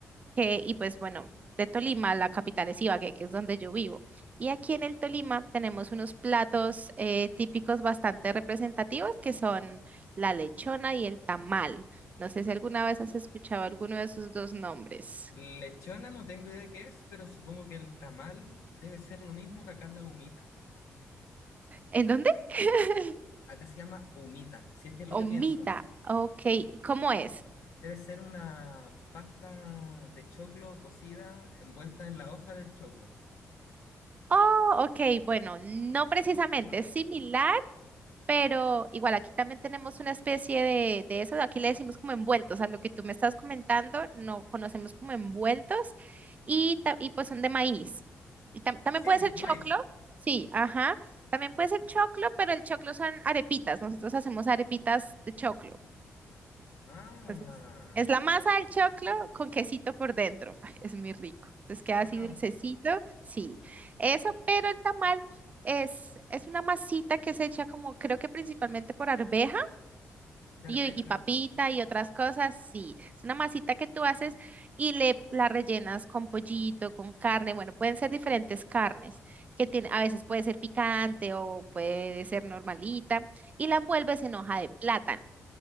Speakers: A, on the right; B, on the left.
A: que, y pues bueno, de Tolima, la capital es Ibagué, que es donde yo vivo. Y aquí en el Tolima tenemos unos platos eh, típicos bastante representativos que son la lechona y el tamal. No sé si alguna vez has escuchado alguno de esos dos nombres.
B: Lechona no tengo idea qué es, pero supongo que el tamal debe ser lo mismo que acá la humita.
A: ¿En dónde? <laughs>
B: Acá se llama humita, si es que es lo
A: Omita.
B: que pienso.
A: Ok, ¿cómo es?
B: Debe ser una pasta de choclo cocida envuelta en la hoja del choclo,
A: Oh, ok, bueno, no precisamente,
B: ¿no?
A: es similar, Pero igual aquí también tenemos una especie de, de eso, aquí le decimos como envueltos, a lo que tú me estás comentando, no conocemos como envueltos y, ta- y pues son de maíz. Y tam- también
B: Sí,
A: puede ser
B: maíz.
A: choclo, sí, ajá, también puede ser choclo, pero el choclo son arepitas, nosotros hacemos arepitas de choclo.
B: Ah,
A: Entonces, es la masa del choclo con quesito por dentro. <laughs> Ay, es muy rico. Entonces queda
B: ah,
A: así dulcecito. Sí, eso, pero el tamal es, es una masita que se echa como, creo que principalmente por arveja
B: de
A: y,
B: arveja,
A: y papita y otras cosas. Sí, es una masita que tú haces y le, la rellenas con pollito, con carne. Bueno, pueden ser diferentes carnes que tiene, a veces puede ser picante o puede ser normalita y la envuelves en hoja de plátano.